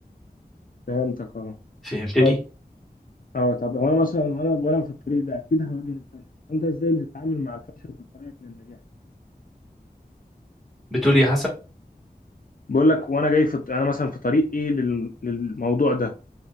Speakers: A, on the left; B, in the centre.
A: فهمتك اه
B: فهمتني
A: طيب اه طب هو انا مثلا وانا وانا في الطريق ده اكيد هواجه الفشل انت ازاي بتتعامل مع الفشل في طريقك للنجاح
B: بتقول إيه يا
A: بقول لك وانا جاي في الط- انا مثلا في طريقي لل- للموضوع ده